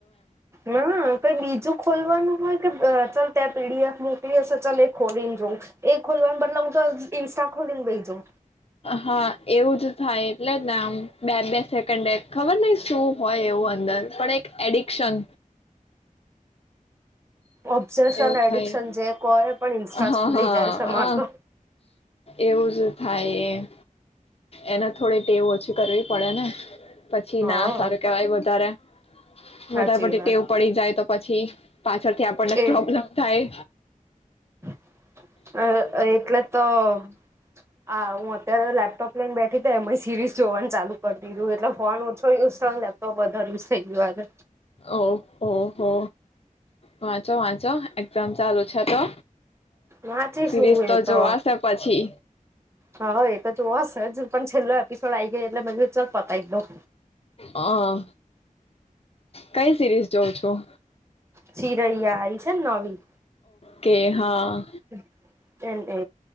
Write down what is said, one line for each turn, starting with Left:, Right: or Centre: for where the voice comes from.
Right: હા કઈ બીજું ખોલવાનું હોય કે ચાલ ત્યાં પી ડી એફ મોકલી હશે ચાલ એ ખોલીને એ ખોલવા બદલે હું તો ઇન્સ્ટા ખોલીન બેહી જઉ.
Left: હા એવું જ થાય એટલે જને આમ બે બે સેકન્ડ એ ખબર નઈ શું હોય એવું અંદર પણ એક એડિક્શન.
Right: ઓબ્જેક્શન
Left: એવું
Right: એડિક્શન
Left: થાય
Right: જે કો એ પણ ઇન્સ્ટા
Left: હા
Right: જ ખુલી
Left: હા
Right: જાય છે માર તો.
Left: એવું જ થાય એમ. એને થોડી ટેવ ઓછી કરવી પડે ને. પછી
Right: હા
Left: ના સારું કેવાય વધારે
Right: સાચી
Left: વધારે પડતી
Right: વાત
Left: ટેવું પડી જાય તો પછી પાછળથી આપણને
Right: એ
Left: પ્રોબ્લેમ થાય.
Right: અ એટલે તો આ હું અત્ યારે તો લેપટોપ લઈને બેઠી તો એમાંય સિરીઝ જોવાન ચાલુ કરી દીધું એટલે ફોન ઓછો યૂઝ તો લેપટોપ વધારે યુઝ થઈ ગયું આજે.
Left: ઓ ઓ હો વાંચો વાંચો એક્ઝામ ચાલુ છે તો.
Right: વાંચી
Left: સિરીઝ
Right: શું એ તો
Left: જોવાશે પછી
Right: હા એતો જોવાશે હજુ પણ <unintelligible> એપિસોડ આયી જાય એટલે ચાલ. પતાઈ દવ.
Left: હા, કઈ સિરીઝ જોઉં છું?
Right: ચિરૈયા એ છે ને નવી?
Left: કે હા.
Right: હમ્મ. એમ કે.